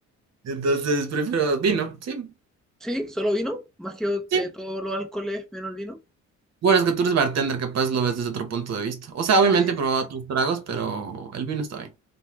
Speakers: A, on the right; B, in the centre.
A: Entonces prefiero vino, sí,
B: Sí, solo vino, más que
A: sí.
B: eh, todos los alcoholes menos el vino.
A: Bueno, es que tú eres bartender, capaz lo ves desde otro punto de vista. O sea,
B: Sí.
A: obviamente he probado otros tragos, pero el vino está bien.